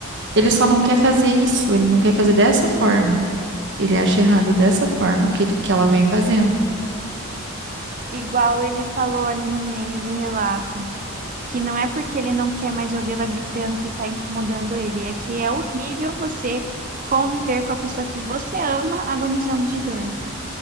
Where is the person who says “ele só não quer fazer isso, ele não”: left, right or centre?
Right